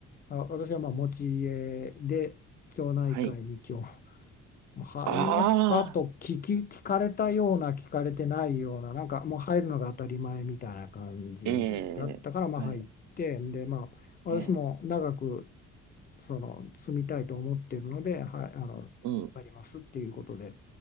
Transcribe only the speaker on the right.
はい。
ああ。
ええ。
はい。
ええ。
うん。